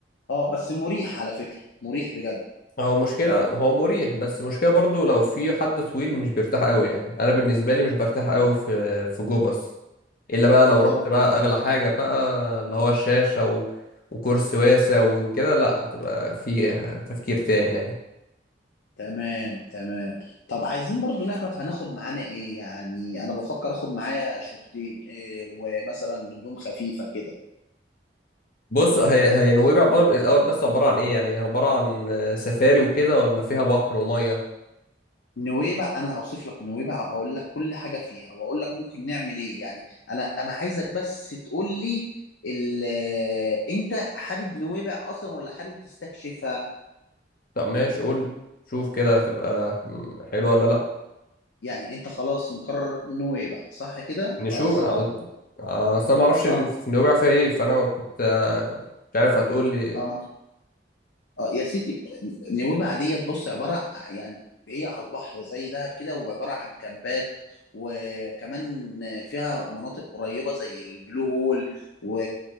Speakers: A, on the left; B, on the left.
A: اه بس مريح على فكره مريح بجد
B: هو مشكلة هو مريح بس مشكلة برضو لو في حد طويل مش بيرتاح قوي يعني أنا بالنسبة لي مش برتاح قوي في في جو باص الا بقى لو
A: اه
B: رحت بقى اغلى حاجه بقى اللي هو الشاشه و... وكرسي واسع وكده لا هتبقى في تفكير تاني يعني
A: تمام تمام طب عايزين برضو نعرف هناخد معانا ايه يعني انا بفكر اخد معايا شورتين إيه ومثلا هدوم خفيفة كده
B: بص هي هي نويبع بر... الاول بس عباره عن ايه يعني عباره عن آه، سفاري وكده ولا فيها بحر وميه
A: نويبع انا هوصف لك نويبع اقول لك كل حاجة فيها واقول لك ممكن نعمل ايه يعني انا انا عايزك بس تقول لي ال- آه، انت حابب نويبع اصلا ولا حابب تستكشفها
B: طب ماشي قول لي شوف كده هتبقى ح- حلوه ولا لا
A: يعني انت خلاص مقرر نويبع صح كده
B: نشوف
A: اصل
B: عاوز-
A: انا كنت
B: اصل انا ما اعرفش إن
A: اه
B: في نويبع فيها ايه فانا كنت آه، مش عارف هتقول لي
A: اه اه يا سيدي نويبع ديت بص عباره آه، يعني هي على البحر زي دهب كده وعباره عن كامبات وكمان فيها مناطق قريبه زي البلو هول و...